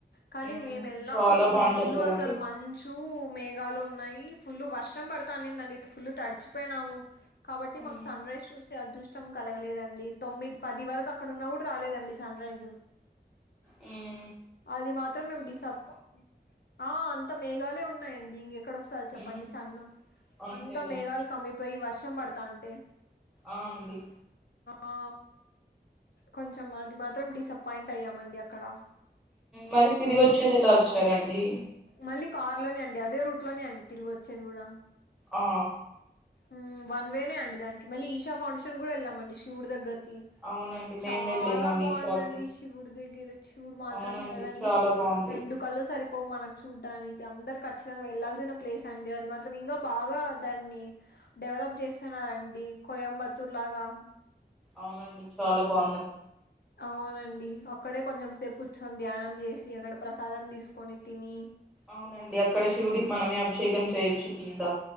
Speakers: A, on the left; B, in the centre.
A: కానీ
B: ఉమ్
A: మేము వెళ్ళినప్పుడు
B: చాలా
A: ఫుల్
B: బాగుంటది కదండి
A: అసలు మంచు మేఘాలు ఉన్నాయి ఫుల్లు వర్షం పడుతా అనిందండి ఫుల్లు తడిచిపోయినాము కాబట్టి
B: ఉమ్
A: మాకు సన్ రైజ్ చూసే అదృష్టం కలగలేదండి తొమ్మిది పది వరకు అక్కడ ఉన్న కూడా రాలేదండి సన్ రైజు
B: మ్మ్
A: అది మాత్రం మేము డిసాప్ప ఆ అంత మేఘాలే ఉన్నాయండి దీంకెక్కడ వస్తంది చెప్పండి
B: ఉమ్
A: సన్ను
B: అంతేలే
A: అంతా మేఘాలు కమ్మిపోయి వర్షం పడతా అంటే
B: అ ఉంది
A: ఆ కొంచెం అది మాత్రం డిసప్పాయింట్ అయ్యామండి అక్కడ
B: మరి తిరిగిచ్చేది ఎలా వచ్చారండి
A: మళ్ళీ కార్ లోనే అండి అదే రూట్ లోనే అండి తిరిగి వచ్చేది కూడా
B: ఆ
A: ఉమ్ వన్ వేనే అండి దానికి మళ్ళీ ఈషా ఫౌండేషన్ కూడా వెళ్ళామండి శివుడి దగ్గరకి
B: అవునండి మేము
A: చాలా
B: వెళ్ళినాం
A: బాగుందండి
B: ఈ షాకి
A: శివుడి దగ్గర చూడు మాత్రం
B: అవునండి
A: కదండి
B: చాలా బాగుంది
A: రెండు కళ్ళు సరిపోవు మనకు చూడ్డానికి అందరు ఖచ్చితంగా వెళ్లాల్సిన ప్లేస్ అండి అది మాత్రం ఇంకా బాగా దాన్ని డెవలప్ చేస్తున్నారండి కోయంబత్తూర్ లాగా
B: అవునండి చాలా బాగు
A: అవును అండి అక్కడే కొంచెం సేపు కూర్చొని ధ్యానం చేసి అక్కడ ప్రసాదం తీసుకొని తిని
B: అవునండి అక్కడ శివుడికి మనమే అభిషేకం చేయచ్చు కింద